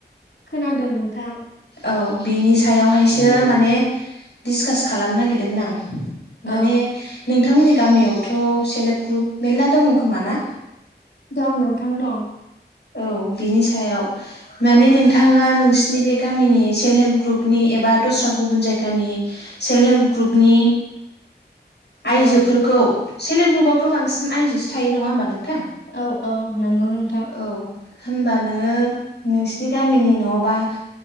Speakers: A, on the left; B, on the left.
A: खोनादों नोंथां।
B: औ बिनि सायावहायसो माने डिसकास खालामनो नागिरदोंमोन आं माने
A: औ
B: नोंथांमोननि गामियावथ' सेल्फ हेल्प ग्रुप मेर्ला दङ खोमा ना?
A: दं नोंथां दं।
B: औ बिनि सायाव माने नोंथाङा नोंसिनि बे गामिनि सेल्फ हेल्प ग्रुपनि एबा दस्रा गुबुन जायगानि सेल्फ हेल्प ग्रुपनि आइजो
A: औ
B: खौ सेल्प हेल्प ग्रुपावथ' बांसिन आइजोसो थायो नङा ओमबा नोंथां?
A: औ औ नंगौ नोंथां।
B: औ होनबा नोङो नोंसिनि गामिनि न'बा